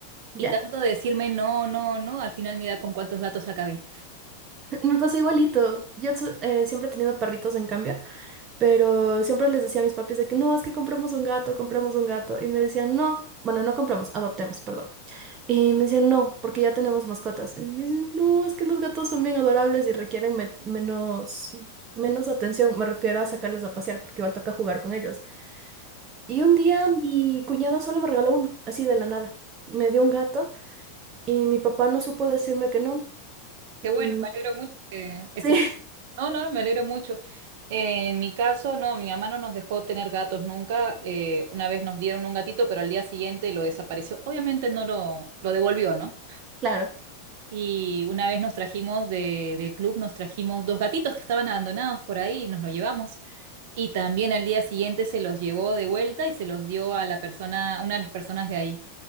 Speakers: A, on the right; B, on the right.
A: Ya,
B: Y tanto decirme no, no, no, al final mira con cuántos gatos acabé.
A: me pasó igualito. Yo su- eh, siempre he tenido perritos en cambio, pero siempre les decía a mis papis de que no, es que compramos un gato, compramos un gato. Y me decían, no, bueno, no compramos, adoptemos, perdón. Y me decían, no, porque ya tenemos mascotas. Y dicen, no, es que los gatos son bien adorables y requieren me- menos, menos atención. Me refiero a sacarles a pasear, porque igual toca jugar con ellos. Y un día mi cuñada solo me regaló uno, así de la nada. Me dio un gato y mi papá no supo decirme que no.
B: Qué
A: Y
B: bueno, me alegro mucho que eso.
A: sí,
B: No, no, me alegro mucho. Eh, en mi caso, no, mi mamá no nos dejó tener gatos nunca. Eh, una vez nos dieron un gatito, pero al día siguiente lo desapareció. Obviamente no lo, lo devolvió, ¿no?
A: <laughs> claro.
B: Y una vez nos trajimos de- del club, nos trajimos dos gatitos que estaban abandonados por ahí, y nos los llevamos. Y también al día siguiente se los llevó de vuelta y se los dio a la persona, una de las personas de ahí.